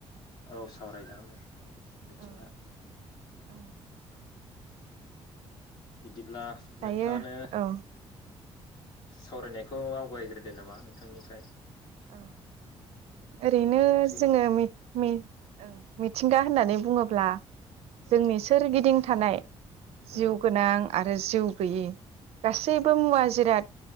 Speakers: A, on the left (about 40°); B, on the right (about 75°).
A: औ सावरायजागोन दे औ मिथिंगा
B: औ औ
A: बिदिब ब्ला
B: दायो
A: नोंथाङानो
B: औ
A: सावरायनायखौ आवगायग्रोदो नामा नोंथांनिफ्राय।
B: औ ओरैनो
A: आंबो बुंनोसै
B: जोङो
A: उनाव
B: मि-मि ओं मिथिंगा होननानै बुङोब्ला
A: उम
B: जोंनि सोरगिदिं थानाय
A: उम
B: जिउ गोनां आ रो जिउ गैयि गासैबो मुवा जिराद